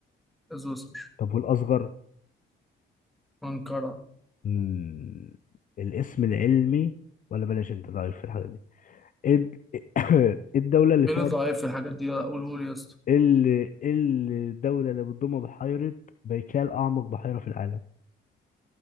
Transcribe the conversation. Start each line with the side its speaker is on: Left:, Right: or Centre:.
Centre: زوسر
Left: طب والأصغر
Centre: أنقرة
Left: مم، الاسم العلمي ولا بلاش انت ضعيف في الحاجة دي ايه الد- <coughs> إيه الدولة اللي فيها
Centre: ايه اللي ضعيف في الحاجات دي قوله لي يا اسطى
Left: ايه ال- إيه الدولة اللي بتضم بحيرة بايكال أعمق بحيرة في العالم